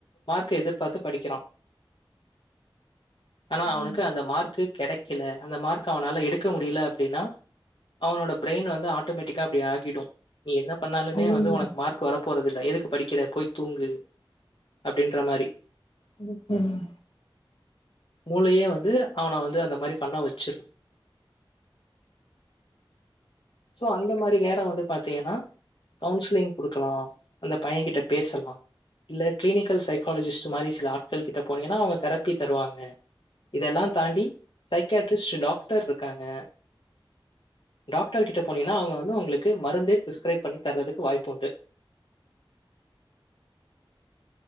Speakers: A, on the left (about 65°); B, on the left (about 80°).
A: க எதிர்பாத்து படிக்கிறா. ஆனா அவனுக்கு
B: ம்
A: அந்த மார்க்கு. கெடைக்கல அந்த மார்க் அவனால எடுக்க முடியல அப்படின்னா அவனோட ப்ரெயின் வந்து. ஆட்டோமெட்டிக்கா அப்படி ஆகிடு. நீ என்ன பண்ணாலுமே
B: ஐய்யய்யோ
A: வந்து உனக்கு மார்க் வர போறதில்ல எதுக்கு படிக்கிற போய் தூங்கு. அப்டின்ற மாரி.
B: இது சேரிங்க.
A: மூளையே வந்து அவன வந்து அந்த மாரி பண்ண வெச்சிரு. சோ அந்த மாரி நேரோ வந்து பாத்தீங்கனா கவுன்சிலிங் குடுக்கலா அந்த பைய கிட்ட பேசலா இல்ல க்ளினிக்கல் சைக்காலஜிஸ்ட் மாரி சில ஆட்கள் கிட்ட போனீங்கனா அவுங்க தெரப்பி தருவாங்க இதெல்லா தாண்டி. சைக்காட்டிஸ்ட் டாக்டர் இருக்காங்க டாக்டர் கிட்ட அவுங்க வந்து உங்களுக்கு மருந்தே ப்ரிஸ்கிரைப் பண்ணி தர்றதுக்கு வாய்ப்பு உண்டு